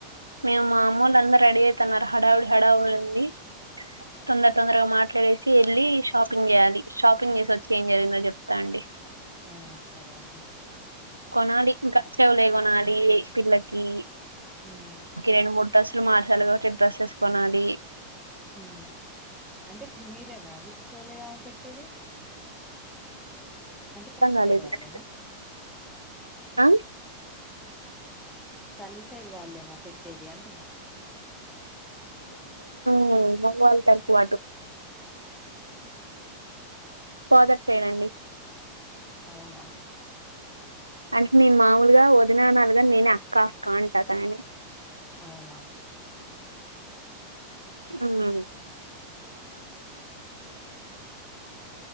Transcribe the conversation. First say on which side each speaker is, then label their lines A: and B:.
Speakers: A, on the right; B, in the centre.
A: మేము మామూలు అంద రెడీ ఐ తున్నారు హడావుడి హడావుడి ఉంది తొందర తొందరగా మాట్లాడేసి వెళ్ళి షాప్ షాపింగ్ చేయాలి షాపింగ్ చేసి వచ్చి ఏం జరిగిందో చెప్తా అండి.
B: ఆ సరే అండి.
A: కొనాలి ఇంకా చెవులీ కొనాలి పిల్లకి
B: ఉమ్
A: రెండు మూడు డ్రస్లు మార్చాలి కాబట్టి డ్రెస్సెస్ కొనాలి
B: ఉమ్ అంటే ఇప్పుడు మీరేనా అండి చెవులే ఆమెకు పెట్టేది అంటే
A: అర్థం
B: తల్లి
A: కాలేదు
B: సైడ్ వాళ్ళేనా
A: ఆ
B: తల్లి సైడ్ వాళ్ళేనా పెట్టేది అంటున్నా?
A: ఉమ్ అమ్మ వాల్ తరపు అటు ఫాదర్ సైడ్ అండి
B: అవునా
A: అంటే మీరు మాములుగా వదిననాలిగా నేనే అక్క అక్క అంట తనని
B: అవునా
A: <unintelligible>